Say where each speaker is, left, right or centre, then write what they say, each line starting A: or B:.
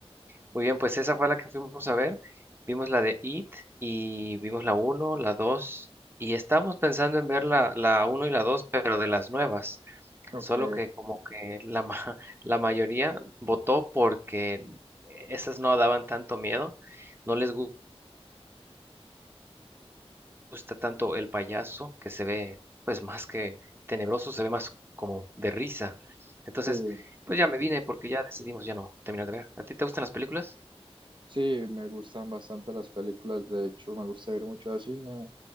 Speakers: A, on the right (about 20°); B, on the right (about 50°).
A: Muy bien, pues esa fue la que fuimos a ver. Vimos la de It y vimos la uno, la 2 y estábamos pensando en ver la, la uno y la 2, pero de las nuevas.
B: Ok.
A: Solo que como que la, ma- <laughs> la mayoría votó porque esas no daban tanto miedo. No les gustó gusta tanto el payaso, que se ve, pues más que tenebroso, se ve más como de risa. Entonces,
B: Sí,
A: pues ya me vine porque ya decidimos ya no terminar de ver. ¿A ti te gustan las películas?
B: sí, me gustan bastante las películas. De hecho, me gusta ir mucho al cine.